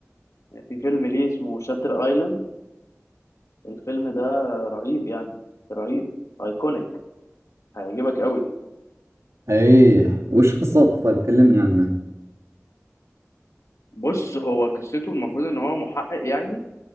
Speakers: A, on the left (about 80°); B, on the right (about 75°).
A: يعني في فيلم ليه اسمه شاتر ايلاند الفيلم ده رهيب يعني رهيب ايكونيك هيعجبك قوي
B: ايه وش قصتها طيب كلمني عنها
A: بص هو قصته المفروض ان هو محقق يعني